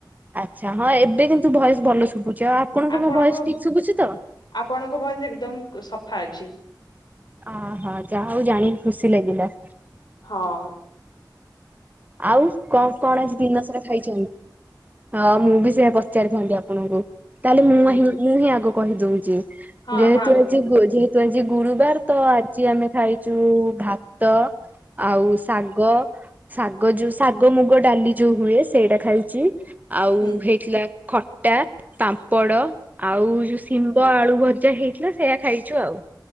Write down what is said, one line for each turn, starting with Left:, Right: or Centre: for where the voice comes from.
Right: ଆଛା ହଁ ଏବେ କିନ୍ତୁ ଭଏସ ଭଲ ଶୁଭୁଚି। ଆଉ ଆପଣଙ୍କୁ
Left: ଆପଣଙ୍କ
Right: ମୋ ଭୟସ ଠିକ ଶୁଭୁଚି ତ?
Left: ଆପଣଙ୍କ ଭଇସ ଏକଦମ ସଫା ଅଛି।
Right: ଅ ହ ଯାହା ହଉ ଜାଣିକି ଖୁସି ଲାଗିଲା।
Left: ହଁ।
Right: ଆଉ କଣ କଣ ଆଜି ଦିନସାରା ଖାଇଚନ୍ତି? ହଁ ମୁଁ ବି ସେଆ ପଚାରିଥାନ୍ତି ଆପଣଙ୍କୁ? ତାହେଲେ ମୁଁ
Left: ହୁଁ
Right: ହିଁ ମୁଁ ହିଁ ଆଗ କହି ଦଉଚି
Left: ହଁ
Right: ଯେହେତୁ
Left: ଆପଣ ଆଗ
Right: ଆଜି
Left: କୁହନ୍ତୁ।
Right: ଗୋ ଯେହେ ତୁ ଆଜି ଗୁରୁବାର ତ ଆଜି ଆମେ ଖାଇଚୁ ଭାତ ଆଉ ଶାଗ। ଶାଗ ଯୋଉ ଶାଗ ମୁଗ ଡାଲି ଯୋଉ ହୁଏ ସେଇଟା ଖାଇଚି ଆଉ
Left: ହୁଁ
Right: ହେଇଥିଲା ଖଟା ପାମ୍ପଡ ଆଉ ଯୋଉ ସି ମ୍ବ ଆଳୁ ଭଜା ହେଇଥିଲା ସେଇଆ ଖାଇଚୁ ଆଉ।